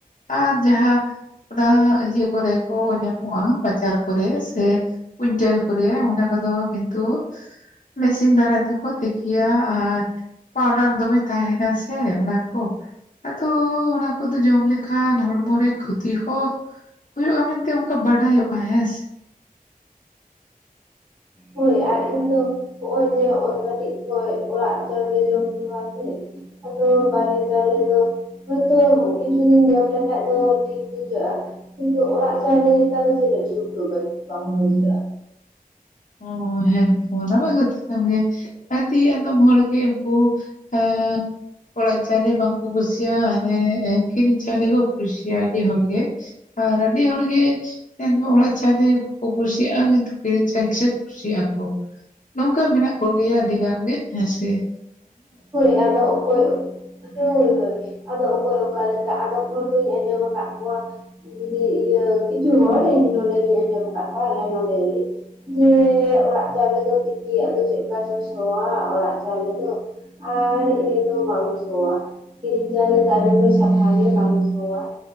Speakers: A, on the left; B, on the right.
A: ᱟᱨ ᱡᱟᱦᱟᱸ ᱚᱱᱟ ᱤᱭᱟᱹ ᱠᱚ ᱨᱮᱼᱼ ᱠᱚ ᱧᱟᱢᱚᱜᱼᱟ ᱵᱟᱡᱟᱨ ᱠᱚᱨᱮ ᱥᱮ ᱠᱩᱭᱤᱱᱴᱮᱞ ᱠᱚᱨᱮ ᱚᱱᱟ ᱠᱚᱫᱚ ᱠᱤᱱᱛᱩᱼᱼ ᱢᱮᱥᱤᱱ ᱫᱟᱨᱟᱭ ᱛᱮ ᱠᱚ ᱛᱤᱠᱤᱭᱟ ᱟᱨ ᱯᱟᱣᱰᱟᱨ ᱫᱚᱢᱮ ᱛᱟᱦᱮᱸᱱᱟ ᱥᱮ ᱢᱟᱱᱮ <unintelligible> ᱟᱫᱚ ᱚᱱᱟᱼᱼ ᱠᱚᱫᱚ ᱡᱚᱢ ᱞᱮᱠᱷᱟᱱ ᱦᱚᱲᱢᱚ ᱨᱮ ᱠᱷᱚᱛᱤ ᱦᱚᱸ ᱦᱩᱭᱩᱜᱼᱟ ᱢᱮᱱᱛᱮ ᱚᱱᱠᱟ ᱵᱟᱰᱟᱭᱚᱜᱼᱟ ᱦᱮᱸᱥᱮ
B: ᱦᱳᱭ ᱟᱨ ᱤᱧ ᱫᱚ ᱦᱚᱸᱜᱼᱚᱭ ᱡᱮ ᱦᱚᱸᱜᱼᱚᱭ ᱡᱮ ᱠᱟᱹᱴᱤᱡ ᱠᱷᱚᱡ ᱚᱲᱟᱜ ᱪᱟᱣᱞᱮ ᱡᱚᱢ ᱦᱮᱣᱟ ᱥᱮᱼᱼ ᱟᱫᱚ ᱵᱟᱦᱨᱮ ᱪᱟᱣᱞᱮ ᱫᱚᱼᱼ ᱦᱳᱭᱛᱳ ᱠᱤᱪᱷᱩ ᱫᱤᱱ ᱡᱚᱢ ᱞᱮᱠᱷᱟᱡ ᱫᱚ ᱴᱷᱤᱠ ᱵᱩᱡᱷᱟᱹᱜᱼᱟ ᱠᱤᱱᱛᱩ ᱚᱲᱟᱜ ᱪᱟᱣᱞᱮ ᱞᱮᱠᱟ ᱫᱚ ᱡᱟᱹᱱᱤᱡ ᱥᱩᱠ ᱫᱚ ᱵᱟᱝ ᱵᱩᱡᱷᱟᱹᱜᱼᱟ
A: ᱚ ᱦᱮᱸ ᱛᱚ ᱚᱱᱟᱢᱟ ᱠᱟᱛᱷᱟ ᱠᱟᱱ ᱜᱮ ᱟᱫᱤ ᱟᱫᱚᱢ ᱦᱚᱲ ᱜᱮ ᱩᱱᱠᱩ ᱮᱸ ᱚᱲᱟᱜᱼᱼ ᱪᱟᱣᱞᱮ ᱵᱟᱝ ᱠᱚ ᱠᱩᱥᱤᱭᱟ ᱦᱟᱱᱮ ᱠᱤᱨᱤᱧ ᱪᱟᱣᱞᱮ ᱠᱚ ᱠᱩᱥᱤᱭᱟ ᱟᱹᱰᱤ ᱦᱚᱲ ᱜᱮᱼᱼ ᱟᱨ ᱟᱹᱰᱤ ᱦᱚᱲ ᱜᱮ ᱧᱮᱞ ᱢᱮ ᱚᱲᱟᱜ ᱪᱟᱣᱞᱮ ᱵᱟᱠᱚ ᱠᱩᱥᱤᱭᱟᱜᱼᱟ ᱠᱤᱱᱛᱩ ᱠᱤᱨᱤᱧ <inaudible> ᱠᱩᱥᱤᱜᱼᱟ ᱠᱚ ᱱᱚᱝᱠᱟ ᱢᱮᱱᱟᱜ ᱠᱚᱜᱮᱭᱟ ᱟᱹᱰᱤ ᱜᱟᱱ ᱜᱮ ᱦᱮᱸᱥᱮ
B: ᱦᱳᱭ ᱟᱫᱚ ᱚᱠᱚᱭᱼᱼ ᱦᱳᱭ ᱦᱳᱭ ᱟᱫᱚ ᱚᱠᱚᱭ ᱚᱠᱟ ᱞᱮᱠᱟ ᱟᱫᱚᱢ ᱦᱚᱲ ᱫᱚᱧ ᱟᱸᱡᱚᱢ ᱟᱠᱟᱫ ᱠᱚᱣᱟ ᱡᱩᱫᱤ ᱤᱭᱟᱹ ᱠᱤᱪᱷᱩ ᱦᱚᱲ ᱤᱧ ᱱᱚᱰᱮ ᱜᱤᱧ ᱟᱸᱡᱚᱢ ᱟᱠᱟᱫ ᱠᱚᱣᱟ ᱟᱞᱮ ᱱᱚᱰᱮ ᱜᱤ ᱡᱮ ᱚᱲᱟᱜ ᱪᱟᱣᱞᱮ ᱫᱚ ᱛᱤᱠᱤ ᱟᱫᱚ ᱪᱮᱫᱠᱟ ᱪᱚ ᱥᱚᱣᱟ ᱚᱲᱟᱜ ᱪᱟᱣᱞᱮ ᱫᱚᱼᱼᱼ ᱟᱨ ᱤᱭᱟᱹ ᱫᱚ ᱵᱟᱝ ᱥᱚᱣᱟ ᱠᱤᱨᱤᱧ ᱪᱟᱣᱞᱮ ᱫᱚ ᱟᱹᱰᱤ ᱢᱚᱸᱡᱽ ᱥᱟᱯᱟᱜ ᱜᱮ ᱵᱟᱝ ᱥᱚᱣᱟ